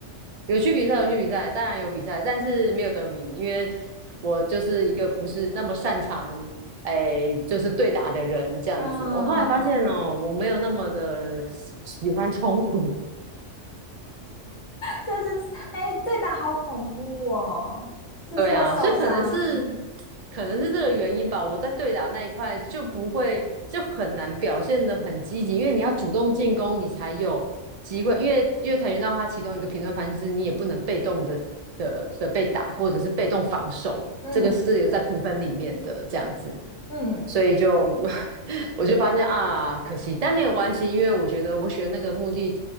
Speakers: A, on the right; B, on the left.
A: 有去比赛，有去比赛，当然有比赛，但是没有得名，因为我就是一个不是那么擅长，哎，就是对打的人这样子。
B: <laughs> 嗯，
A: 我后来发现哦，我没有那么的喜欢冲突。
B: 这是哎，对打好恐怖哦，这是会受伤。
A: 对啊，所以可能是可能是这个原因吧。我在对打那一块就不会就很难表现的很积极，因为你要主动进攻，你才有机会。因为因为跆拳道它其中一个评论方式是你也不能被动的的的被打，或者是被动防守，
B: 嗯
A: 这个是有在评分里面的这样子。
B: 嗯，
A: 所以就 <laughs> 我就发现啊，可惜，但没有关系，因为我觉得我学那个目的，